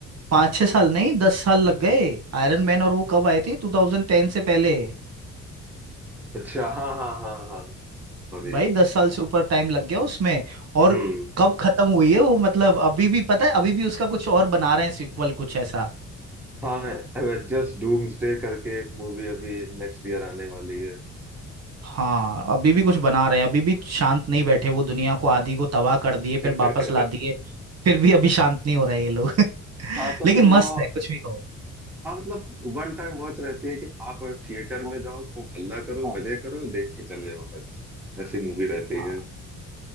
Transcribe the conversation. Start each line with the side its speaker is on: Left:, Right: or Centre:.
Right: पाँच छह साल नहीं दस साल लग गए आयरन मैन और वो कब आए थे 2010 से पहले
Centre: अच्छा हाँ हाँ हाँ हाँ सॉरी
Right: भाई दस साल से ऊपर टाइम लग गया उसमें और
Centre: हम्म
Right: कब खत्म हुई है वो मतलब अभी भी पता है अभी भी उसका कुछ और बना रहे हैं सीक्वल कुछ ऐसा
Centre: हाँ एवेंजर्स डूम्सडे करके एक मूवी अभी नेक्स्ट ईयर आने वाली है
Right: हाँ अभी भी कुछ बना रहे हैं अभी भी शांत नहीं बैठे वो दुनिया को आधी को तबाह कर दिए
Centre: <laughs>
Right: फिर वापस ला दिए फिर भी अभी शांत नहीं हो रहे ये लोग <laughs>
Centre: हाँ तो
Right: लेकिन
Centre: फिर
Right: मस्त
Centre: वो
Right: है कुछ भी कहो
Centre: हाँ मतलब वन टाइम वॉच रहती है कि आप थिएटर में जाओ खूब हल्ला करो मजे करो देख के चले जाओ बस ऐसी मूवी रहती
Right: हाँ।
Centre: है